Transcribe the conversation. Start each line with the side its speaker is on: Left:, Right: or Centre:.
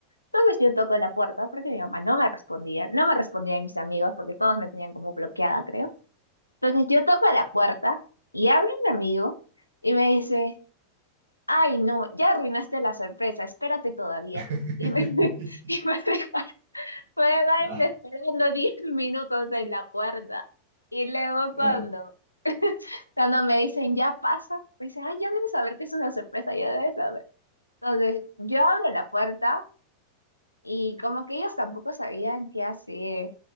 Left: Entonces yo toco la puerta porque mi mamá no me respondía, no me respondían mis amigos porque todos me tenían como bloqueada, creo. Entonces yo toco la puerta y abre un amigo y me dice, ay, no, ya arruinaste la sorpresa, espérate todavía.
Right: <laughs>
Left: Y me, <laughs> y me dejaron, me dejaron
Right: Ah,
Left: esperando 10 minutos en la puerta. Y luego cuando
Right: ah,
Left: cuando me dicen, ya pasa, me dicen, ay, ya debes saber que es una sorpresa, ya debes saber. Entonces, yo abro la puerta y como que ellos tampoco sabían qué hacer.